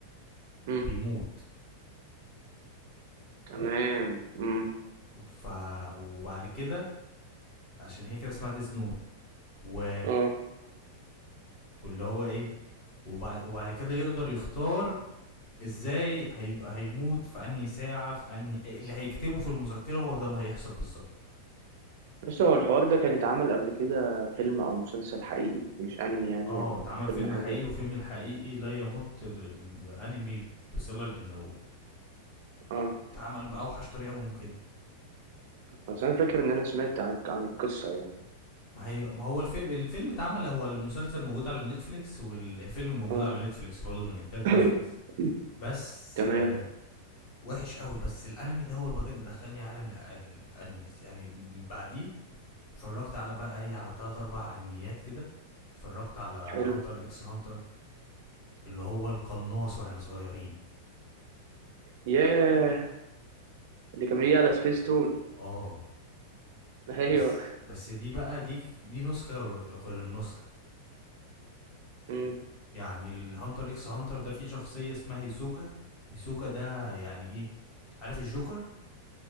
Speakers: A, on the right; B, on the left.
A: مم.
B: بيموت
A: تمام مم.
B: ف وبعد كده عشان هي كده اسمها ديس نوت و
A: اه
B: واللي هو ايه وبعد وبعد كده يقدر يختار ازاي هي... هيموت في انهي ساعه في انهي إيه، اللي هيكتبه في المذكره هو ده اللي هيحصل بالظبط
A: بس هو الحوار ده كان اتعمل قبل كده فيلم او مسلسل حقيقي مش انمي يعني
B: اه
A: يعني
B: اتعمل
A: فيلم
B: فيلم
A: عادي
B: حقيقي
A: يعني.
B: وفيلم الحقيقي لا يمت للانمي بصله لانه
A: اه
B: اتعمل باوحش طريقه ممكنه
A: بس انا فاكر ان انا سمعت عن عن القصة يعني
B: ما هي ما هو الفيلم الفيلم اتعمل هو المسلسل موجود على نتفليكس والفيلم موجود
A: اه
B: على نتفليكس برضه من انتاج
A: <coughs>
B: نتفليكس بس
A: <clears throat> تمام
B: آه وحش قوي بس الانمي ده هو بجد دخلني عالم الأ- الانميز يعني بعديه اتفرجت على بقى ايه على تلات اربع انميات كده اتفرجت على
A: حلو
B: هانتر اكس هانتر اللي هو القناص واحنا صغيرين
A: ياه اللي كان بيجي على سبيس تون
B: اه
A: <laughs> ايوه
B: بس بس دي بقى دي دي نسخة غير غير النسخة
A: مم.
B: يعني الهانتر اكس هانتر ده فيه شخصية اسمها هيسوكا هيسوكا ده يعني ايه عارف الجوكر